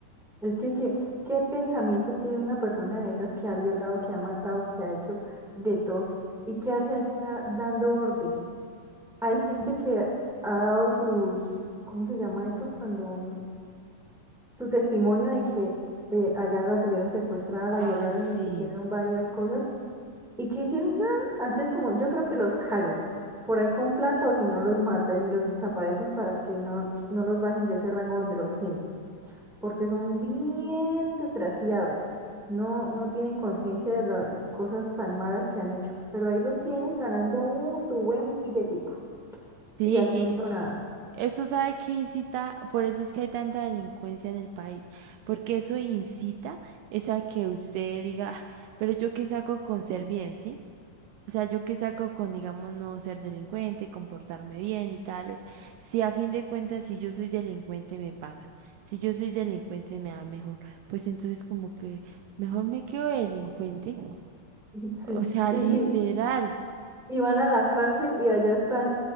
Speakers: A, in the centre; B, on the right (about 80°).
A: Es que, ¿qué, qué pensamiento tiene una persona de esas que ha violado, que ha matado, que ha hecho de todo y que hace allá dando órdenes? Hay gente que ha dado sus, ¿cómo se llama eso? Cuando su testimonio de que eh, allá la tuvieron secuestrada, la
B: Ah,
A: violaron
B: sí.
A: y le hicieron varias cosas y que hicieron nada. Antes como yo creo que los callan por ahí con plata o si no los matan y los desaparecen para que no, no los bajen de ese rango donde los tienen, porque son bien desgraciados. No, no tienen conciencia de las cosas tan malas que han hecho, pero ahí los tienen ganando uh, su buen billetico
B: Sí,
A: y
B: y
A: haciendo nada.
B: eso sabe que incita, por eso es que hay tanta delincuencia en el país, porque eso incita es a que usted diga, "Ah, pero yo qué saco con ser bien, ¿sí? O sea, yo qué saco con, digamos, no ser delincuente, comportarme bien y tales. Si a fin de cuentas, si yo soy delincuente, me pagan. Si yo soy delincuente, me da mejor. Pues entonces como que mejor me quedo delincuente.
A: Sí,
B: O sea,
A: y
B: literal,
A: si iban a la cárcel y allá están